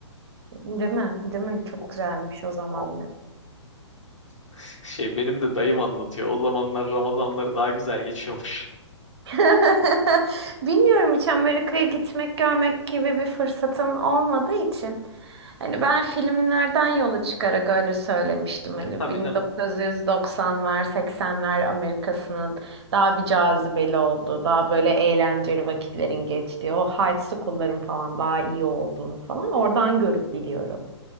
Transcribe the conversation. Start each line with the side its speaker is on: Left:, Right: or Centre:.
Right: Değil mi? Değil mi? Çok
Left: Of,
Right: güzelmiş o zamanlar.
Left: of. <laughs> Şey benim de dayım anlatıyor. O zamanlar Ramazanları daha güzel geçiyormuş.
Right: <laughs> Bilmiyorum hiç Amerika'ya gitmek, görmek gibi bir fırsatım olmadığı için. Hani ben filmlerden yola çıkarak öyle söylemiştim. Hani
Left: E tabii
Right: 1990'lar,
Left: canım.
Right: 80'ler Amerika'sının Daha bir cazibeli oldu. Daha böyle eğlenceli vakitlerin geçtiği. O high school'ların falan daha iyi olduğunu falan oradan görüp biliyorum.